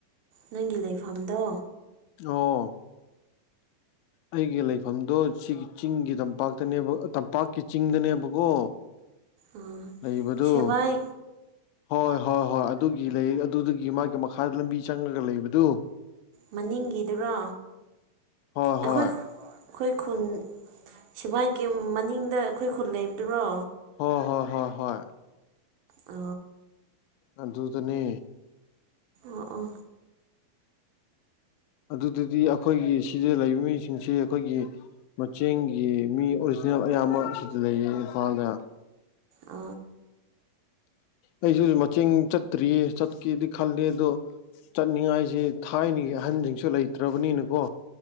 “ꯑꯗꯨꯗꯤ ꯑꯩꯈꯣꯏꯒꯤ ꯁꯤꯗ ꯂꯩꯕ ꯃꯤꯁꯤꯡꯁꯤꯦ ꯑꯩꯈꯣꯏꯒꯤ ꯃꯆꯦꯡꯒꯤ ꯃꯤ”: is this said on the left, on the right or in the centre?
Left